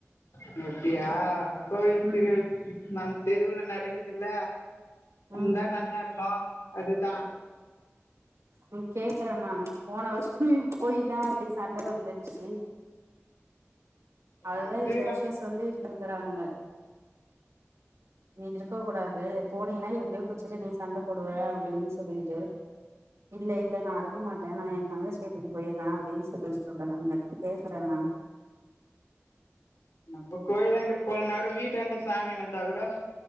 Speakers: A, on the left; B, on the right.
A: உம் அப்டியா கோயிலுக்
B: ம்
A: <unintelligible> வந் தெருவுல நடக்குது இல்ல வந்த
B: ம்
A: நல்லா இருக்க அது தா
B: உம் கேக்குறே நானு போன வர்ஷ்மே போய் <unintelligible> சண்ட வந்துச்சி அதுதா
A: அது
B: இந்த வருஷோ சொல்லிட்டு இருக்கறாங்க நீ க்க கூடாது போனீன்னா எப்படியோ குடிச்சிட்டு நீ சண்டை போடுவ அப்டின்னு சொல்லிட்டு இல்ல இல்ல நா இருக்க மாட்டே நா என் தங்கச்சியை வீட்டுக்கு போயிட்ற அப்டினு சொல்லி சொல்றாங்க நா கேக்குறே நானு
A: நம்ப கோயிலாண்ட போலனா கூட வீட்டாண்ட சாமி வந்தா கூட